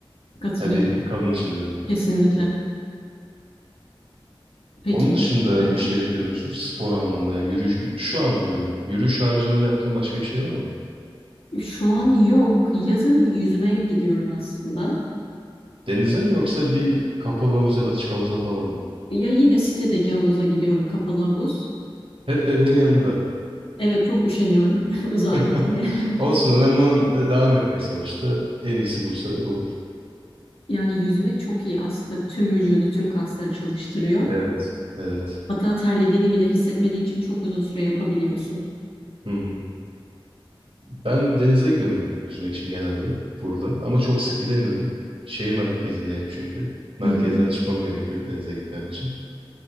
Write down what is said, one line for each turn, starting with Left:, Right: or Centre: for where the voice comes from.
Left: katılıyorum.
Right: Ya bir kadın için diyorum
Left: Kesinlikle. Peki,
Right: Onun dışında
Left: Aha.
Right: bir şey yapıyor musunuz? Spor anlamda yani yürüyüş, şu an diyorum. Yürüyüş haricinde yaptığın başka bir şey var mı?
Left: şu an yok. Yazın yüzmeye gidiyorum aslında.
Right: Denize mi yoksa bir kapalı havuz ya da açık havuza falan mı?
Left: Ya yine sitedeki havuza gidiyorum, kapalı havuz.
Right: Hep evinin yanında.
Left: Evet, çok üşeniyorum <laughs> uzağa
Right: <laughs>
Left: gitmeye.
Right: Olsun önemli olan e, devam etmek sonuçta. En iyisi buysa olur.
Left: Yani yüzme çok iyi aslında. Tüm vücudu, tüm kasları çalıştırıyor.
Right: Evet. Evet.
Left: Hatta terlediğini bile hissetmediğin için çok uzun süre yapabiliyorsun.
Right: Hı hı. Ben denize gidiyorum yüzmek için genelde burada. Ama çok sık gidemiyorum. Şehir merkezindeyim çünkü. Merkezden
Left: Hı hı.
Right: çıkmam gerekiyor denize gitmem için.